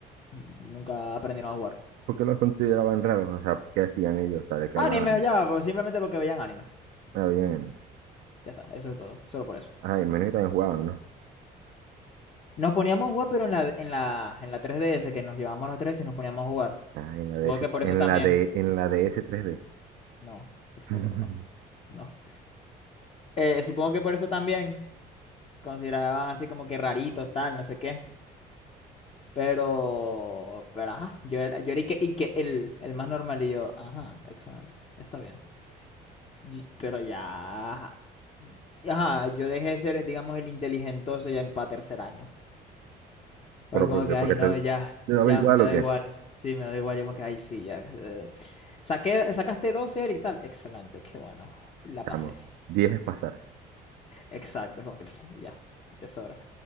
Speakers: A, on the left (about 35°); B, on the right (about 80°).
A: nunca aprendieron a jugar.
B: por qué los consideraban raros? O sea, ¿qué hacían ellos? O sea, ¿de qué hablaban?
A: Anime, ya, pues simplemente porque veían anime.
B: Ah, bien.
A: Ya está, eso es todo, solo por eso.
B: Ah, y menos que también jugaban, ¿no?
A: Nos poníamos a jugar, pero en la, en la, en la 3DS, que nos llevamos las 3 y nos poníamos a jugar.
B: Ah, en
A: Supongo
B: la DS,
A: que por
B: en
A: eso también.
B: la de, en la DS 3D.
A: No, por favor,
B: <laughs>
A: no, no. Eh, supongo que por eso también consideraban así como que raritos, tal, no sé qué. Pero, pero ajá, yo era, yo era y que, y que el, el más normal y yo, ajá, excelente, está bien. Y- Pero ya, ajá, yo dejé de ser, digamos, el inteligentoso ya en pa' tercer año. Fue
B: Pero
A: como
B: porque,
A: que, ay,
B: porque
A: no,
B: te,
A: ya,
B: te daba
A: ya
B: igual
A: me
B: o
A: da
B: qué,
A: igual. Sí, me da igual, yo como que, ay, sí, ya. eh, Saqué, sacaste 12 Eric, tal. Excelente, qué bueno, la
B: chamo.
A: pasé.
B: diez es pasar.
A: Exacto, es como que, pues, ya, de sobra.